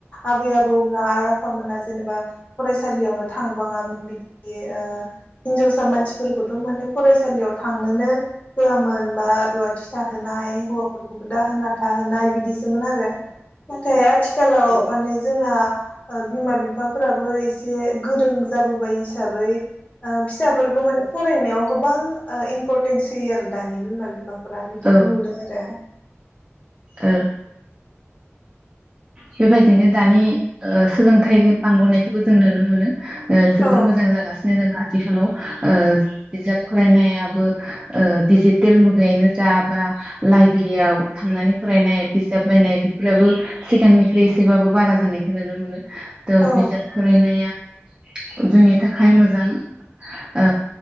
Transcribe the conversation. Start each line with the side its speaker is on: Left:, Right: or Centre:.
Left: आबै आबौमोना आइ आफामोना जेनेबा फरायस सालियावनो थांबाङामोन बिदि ओ हिनजावसा मानसिफोरखौथ' माने फरायसालियाव थांनोनो होआमोन बा रुवाथि जाहोनाय फोरखौबो दाहोन ना थाहोनाय बिदिस सोमोन आरो नाथाय आथिखालाव माने जोंना ओ बिमा बिफाफोराबो इसे गोरों जाबोबाय हिसाबै ओ फिसाफोरखौ माने फरायनायाव गोबां ओ इमपरटेन्स होयो आरो दानि बिमा बिफा दा बिदिखौ
Right: औ
Left: नुदों दाय
Right: औ। बेबायदिनो दानि ओ सोलोंथाइ बांबोनायखौबो जों नुनो मोनो। ओ जोबोर
Left: औ
Right: मोजां जागासिनो दङ आथिखालाव ओ बिजाब फरायनायाबो ओ दिडिजिटेल मुगायैनो जा बा लाइब्रेरियाव थांनानै फरायनाय बिजाब बायनाय बेफोराबो सिगांनिख्रुइ एसेबाबो बारा जानायखौ नुनो मोनो। त'
Left: औ
Right: बिजाब फरायनाया जोंनि थाखाय मोजां ओ